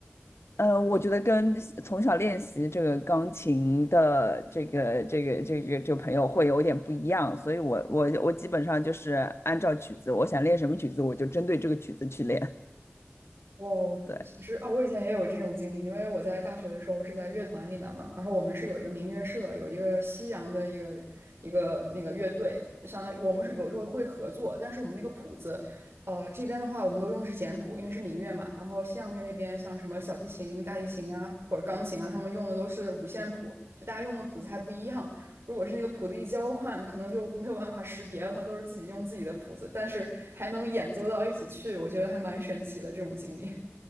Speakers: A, on the left (about 75°); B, on the right (about 70°).
A: 呃，我觉得跟从小练习这个钢琴的这个这个这个这个朋友会有点不一样，所以我我我基本上就是按照曲子，我想练什么曲子，我就针对这个曲子去练。
B: 哦，
A: 对，
B: 其实啊，我以前也有这种经历，因为我在大学的时候是在乐团里面嘛，然后我们是有一个民乐社，有一个西洋的一个一个那个乐队，就相当于我们是有时候会合作，但是我们那个谱子，呃，这边的话我们都用的是简谱，因为是民乐嘛，然后西洋乐那边像什么小提琴、大提琴啊或者钢琴啊，他们用的都是五线谱，就大家用的谱子还不一样，如果是那个谱子一交换，可能就没有办法识别了，都是自己用自己的谱子，但是还能演奏到一起去，我觉得还蛮神奇的这种经历。